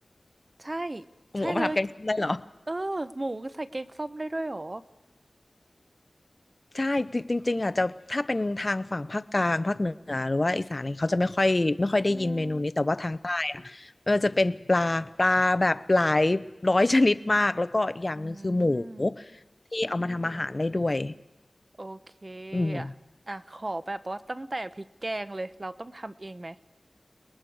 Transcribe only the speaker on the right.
ใช่ ใช่เลย
เออหมูก็ใส่แกงส้มได้ด้วยเหรอ
อืมอืม
โอเค
อะอ่ะขอแบบว่าตั้งแต่พริกแกงเลย เราต้องทำเองไหม